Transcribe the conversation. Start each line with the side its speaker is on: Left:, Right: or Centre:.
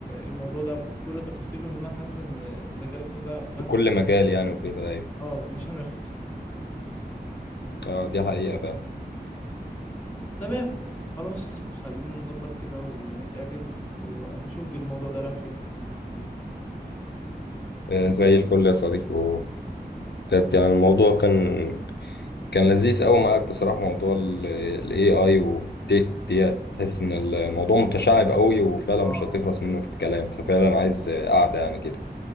Centre: الموضوع ده بكل تفاصيله لان انا حاسس ان الذكاء الاصطناعي ده مهما
Left: في كل مجال يعني وكده ايوه
Centre: اه مش هنخلص
Left: اه دي حقيقة فعلا
Centre: تمام خلاص خلينا نظبط كده ونتقابل ونشوف الموضوع ده رايح فين
Left: آه، زي الفل يا صديقي وبجد يعني الموضوع كان كان لذيذ قوي معاك بصراحة موضوع ال ال AI والتك دي تحس ان الموضوع متشعب قوي وفعلا
Centre: اه
Left: مش هتخلص منه في الكلام ففعلا عايز قعدة يعني كده